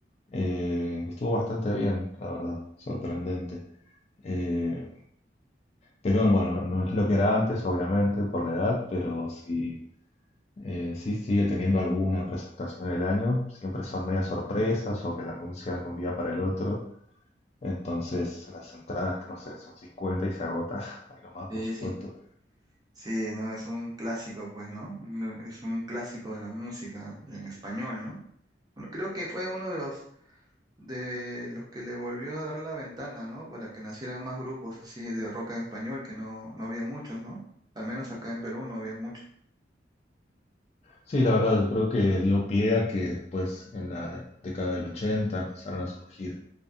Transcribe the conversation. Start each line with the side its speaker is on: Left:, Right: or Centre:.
Left: eh, que estuvo bastante bien, la verdad, sorprendente. Eh, pero bueno, no, no es lo que era antes, obviamente, por la edad, pero sí eh, sí, sigue teniendo alguna presentación del año, siempre son medias sorpresas o que lo anuncian de un día para el otro. Entonces las entradas, no sé, son 50 y se agotan, <laughs> algo más
Right: Sí,
Left: por supuesto.
Right: sí. Sí, no, es un clásico, pues, ¿no? Uno- Es un clásico de la música en español, ¿no? Bueno, creo que fue uno de los de los que le volvió a dar la ventana, ¿no? Para que nacieran más grupos así de rock en español, que no, no había muchos, ¿no? Al menos acá en Perú no había muchos.
Left: Sí, la verdad, yo creo que dio pie a que después en la década del 80 empezaron a surgir